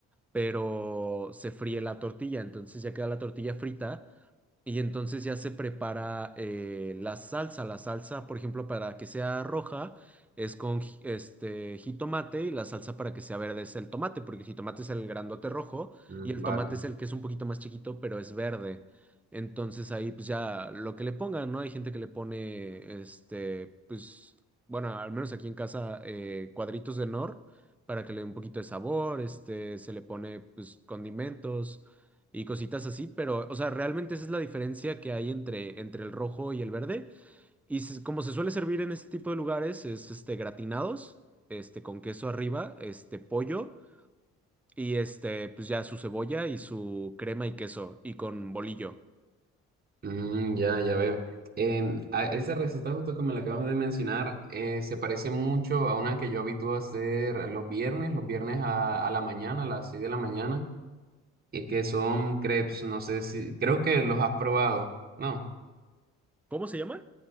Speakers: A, in the centre; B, on the right.
A: pero se fríe la tortilla, entonces ya queda la tortilla frita y entonces ya se prepara eh, la salsa. La salsa, por ejemplo, para que sea roja es con ji- este jitomate y la salsa para que sea verde es el tomate, porque el jitomate es el grandote rojo
B: Mm,
A: y el
B: vale,
A: tomate es el que es un poquito más chiquito, pero es verde. Entonces ahí pues ya lo que le pongan, ¿no? Hay gente que le pone, este, pues, bueno, al menos aquí en casa, eh, cuadritos de nor para que le dé un poquito de sabor, este, se le pone pues condimentos y cositas así, pero, o sea, realmente esa es la diferencia que hay entre, entre el rojo y el verde. Y se- como se suele servir en este tipo de lugares, es este gratinados, este con queso arriba, este pollo y este, pues ya su cebolla y su crema y queso y con bolillo.
B: Mm, ya, ya veo. Em, a- esa receta justo que me la acabas de mencionar eh, se parece mucho a una que yo habitúo a hacer los viernes, los viernes a, a la mañana, a las 6 de la mañana, y que son crepes, no sé si, creo que los has probado, ¿no?
A: ¿Cómo se llama?